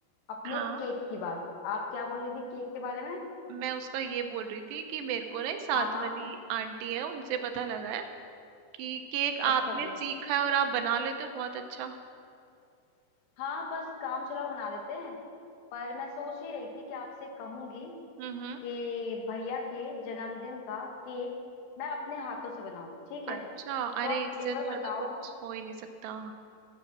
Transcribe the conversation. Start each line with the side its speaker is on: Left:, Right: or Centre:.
Left: अपने
Right: हाँ
Left: केक की बात आप क्या बोल रही थी केक के बारे में
Right: मैं उसका ये बोल रही थी कि मेरे को ना साथ
Left: हाँ हाँ
Right: वाली आंटी है उनसे पता लगा है कि केक
Left: अच्छा
Right: आपने
Left: जी
Right: सीखा है और आप बना लेते हो बहुत अच्छा
Left: हाँ बस काम चलाओ बना लेते हैं पर मैं सोच ही रही थी कि आपसे कहूंगी
Right: हम्म हम्म
Left: कि भैया के जन्मदिन का केक मैं अपने हाथों से बनाऊं ठीक
Right: अच्छा
Left: है तो
Right: अरे
Left: आप
Right: इससे
Left: फ्लेवर
Right: अच्छा
Left: बताओ
Right: तो कुछ हो ही नहीं सकता